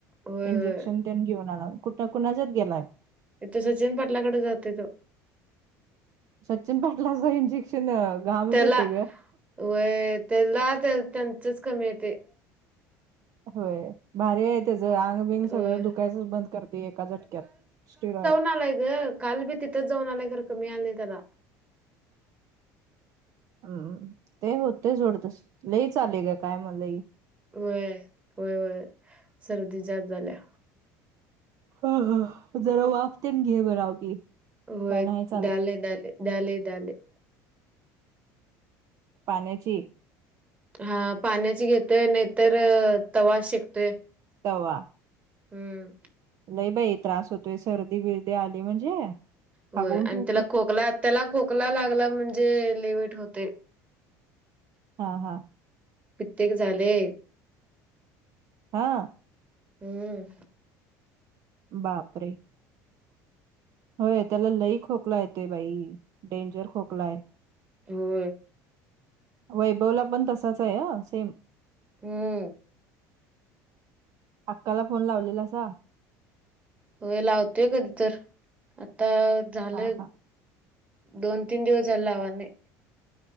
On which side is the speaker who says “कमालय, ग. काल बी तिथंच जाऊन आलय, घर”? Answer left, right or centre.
Right